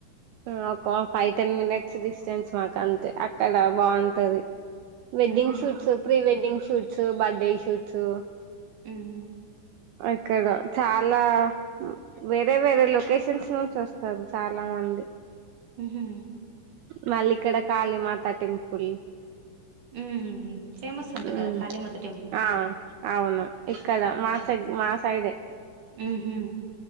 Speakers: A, on the right; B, on the right.
A: మ్ ఒక ఫై, టెన్ మినట్స్ డిస్టెన్స్ మాకంతే అక్కడ బావుంటది wedding
B: ఉహూ
A: shoots, pre wedding shoot సు బర్డేషూట్షు
B: హ్మ్
A: అక్కడ చాలా వేరె వేరె లొకేషన్స్ నుంచి ఒస్తరు చాలా మంది
B: ఉహు
A: మళ్ళీక్కడ కాళీమాత టెంపుల్
B: ఉమ్ ఫేమస్ అంట
A: ఉమ్
B: కద కాళీమాత టెంపుల్
A: ఆ అవును ఇక్కడ
B: ఉ
A: మా సైడ్ మా సైడే
B: ఉహు